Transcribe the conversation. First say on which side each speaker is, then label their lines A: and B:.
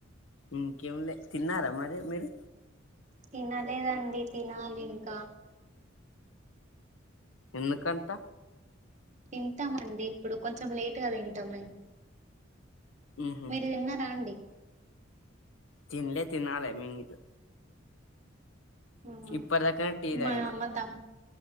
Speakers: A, on the left; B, on the right.
A: ఇంకేం లే తిన్నారా మరి మీరు
B: తినలేదండి తినాలింకా
A: ఎందుకంత
B: తింటామండి ఇప్పుడు కొంచెం లేటుగా తింటామన్
A: ఉహు
B: మీరు తిన్నారా అండి
A: తినలే తినాలి మేం గిట్ల
B: ఊహా
A: ఇప్పటిదాకానే టీ తాగిన
B: మా‌ యమ్మ తం